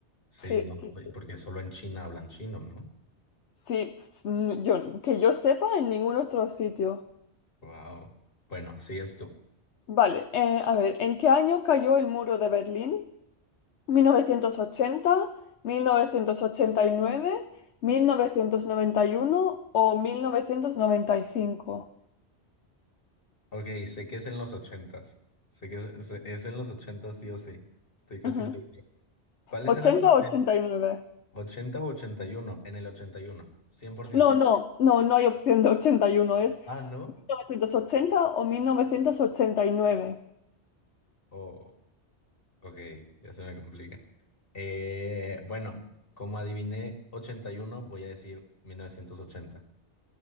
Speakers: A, on the left (about 55°); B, on the left (about 85°).
A: Sí,
B: Sí,
A: no,
B: sí, sí.
A: porque solo en China hablan chino, ¿no?
B: Sí, s- n- yo, que yo sepa en ningún otro sitio.
A: Wow. Bueno, sí, es tú.
B: Vale, eh, a ver, ¿en qué año cayó el muro de Berlín? Mil mil mil novecientos novecientos novecientos ochenta, ochenta y nueve, mil novecientos noventa y uno o 1995?
A: Ok, sé que es en los ochentas. Sé que es, se- es en los ochentas sí o sí. Estoy casi
B: Ujú.
A: seguro. ¿Cuáles
B: Ochenta
A: eran los
B: o
A: de
B: 89.
A: 80 u 81? En el ochenta y uno, cien por ciento.
B: No, no, no, no hay opción de ochenta y uno es
A: Ah, ¿no?
B: mil novecientos ochenta o 1989.
A: Oh, ok, ya se me complica. Eh, bueno, como adiviné 81, voy a decir 1980.